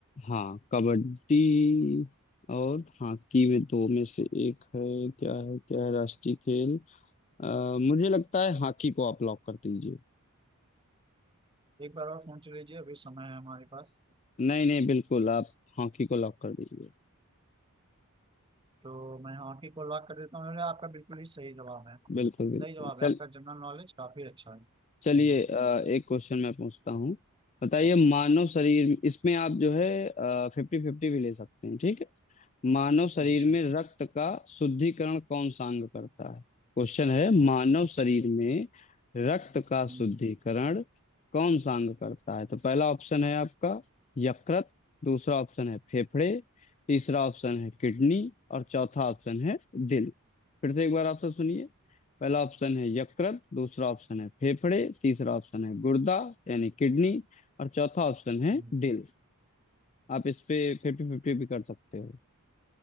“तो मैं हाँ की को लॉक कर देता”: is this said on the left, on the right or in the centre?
Right